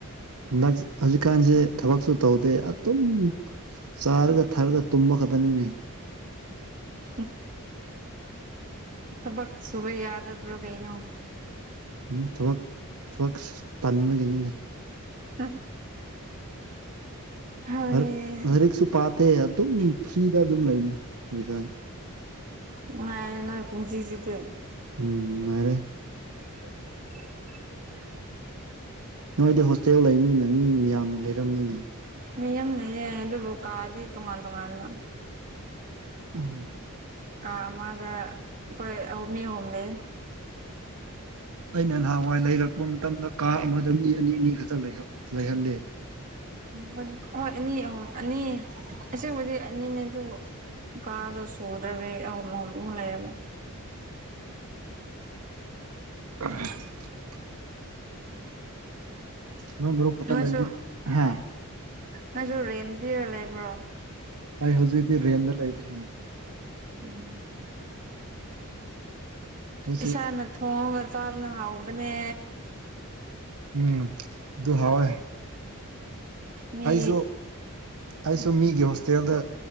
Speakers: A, on the right; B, on the right.
A: ꯗꯁ ꯍꯧꯖꯤꯛꯀꯥꯟꯖꯦ ꯊꯕꯛꯁꯨ ꯇꯧꯗꯦ ꯑꯗꯨꯝ ꯆꯥꯔꯒ ꯊꯔꯒ ꯇꯨꯝꯕ ꯈꯇꯅꯤꯅꯦ
B: ꯍꯨꯝ ꯊꯕꯛ ꯁꯨꯕ ꯌꯥꯗꯕ꯭ꯔꯣ ꯀꯩꯅꯣ
A: ꯎꯝ ꯊꯕꯛ ꯊꯕꯛꯁ ꯇꯟꯕꯒꯤꯅꯤꯗ
B: ꯑꯁ ꯍꯣꯏ
A: ꯑꯛ ꯂꯥꯏꯔꯤꯛꯁꯨ ꯄꯥꯇꯦ ꯑꯗꯨꯝ ꯐ꯭ꯔꯤꯗ ꯑꯗꯨꯝ ꯂꯩꯕꯅꯤ ꯍꯧꯖꯤꯛꯀꯥꯟ
B: ꯅꯨꯉꯥꯏ ꯅꯣꯏ ꯄꯨꯟꯁꯤꯁꯤꯗꯤ
A: ꯎꯝ ꯅꯨꯡꯉꯥꯏꯔꯦ
B: <inaudible>
A: ꯅꯣꯏꯗꯤ ꯍꯣꯁꯇꯦꯜ ꯂꯩꯕꯅꯤꯅ ꯃꯤ ꯃꯌꯥꯝ ꯂꯩꯔꯝꯅꯤꯅꯦ
B: ꯃꯤꯌꯥꯝ ꯂꯩꯌꯦ ꯑꯗꯨꯕꯨ ꯀꯥꯗꯤ ꯇꯣꯉꯥꯟ ꯇꯣꯉꯥꯟꯕ
A: <unintelligible>
B: ꯀꯥ ꯑꯃꯗ ꯑꯩꯈꯣꯏ ꯑꯥꯎ ꯃꯤ ꯑꯍꯨꯝꯂꯩꯌꯦ
A: ꯑꯩꯅ ꯅꯍꯥꯟꯋꯥꯏ ꯂꯩꯔꯛꯄ ꯃꯇꯝꯗ ꯀꯥ ꯑꯃꯗ ꯃꯤ ꯑꯅꯤ ꯑꯅꯤ ꯈꯛꯇ ꯂꯩꯍꯠ ꯂꯩꯍꯜꯂꯦ
B: ꯎꯝ ꯍꯣꯏ ꯑꯅꯤ ꯑꯍꯨꯝ ꯑꯅꯤ ꯑꯁꯦꯡꯕꯗꯤ ꯑꯅꯤꯅꯦ ꯑꯗꯨꯕꯨ ꯀꯥꯗꯣ ꯁꯨꯗ꯭ꯔꯕꯤ ꯑꯍꯨꯝ ꯑꯍꯨꯝ ꯑꯃꯨꯛ ꯂꯩꯔꯕ
A: <unintelligible> ꯅꯣꯏ ꯃꯔꯨꯞ ꯈꯛꯇ
B: ꯅꯣꯏꯁꯨ
A: ꯂꯩꯃꯤꯟ ꯍꯥ
B: ꯅꯣꯏꯁꯨ ꯔꯦꯟ ꯄꯤꯔ ꯂꯩꯕ꯭ꯔꯣ
A: ꯑꯩ ꯍꯧꯖꯤꯛꯗꯤ ꯔꯦꯟꯗ ꯂꯩꯗꯦꯍꯥꯏ
B: ꯎꯝ
A: ꯑꯩꯁꯨ
B: ꯏꯁꯥꯅ__ ꯊꯣꯡꯉꯒ ꯆꯥꯕꯅ ꯍꯥꯎꯕꯅꯦ
A: ꯎꯝ ꯑꯗꯨ ꯍꯥꯎꯋꯦ
B: ꯃꯤ
A: ꯑꯩꯁꯨ ꯑꯩꯁꯨ ꯃꯤꯒꯤ ꯍꯣꯁꯇꯦꯜꯗ